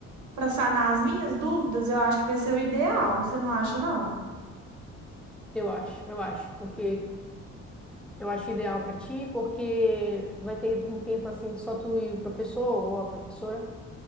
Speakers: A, on the right; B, in the centre.
A: para sanar as minhas dúvidas, eu acho que vai ser o ideal. Você não acha, não?
B: Eu acho, eu acho, porque eu acho ideal para ti, porque tu vai ter um tempo assim só tu e o professor ou a professora.